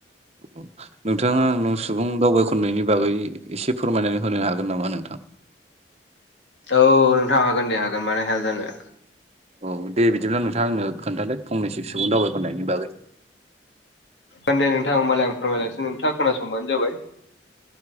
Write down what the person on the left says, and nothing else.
औ नोंथाङा हागोन दे हागोन मानो हाया जानो।
ओं दे नोंथां ओमबालाय आं फोरमायलांनोसै नोंथाङा खोनासंबानो जाबाय।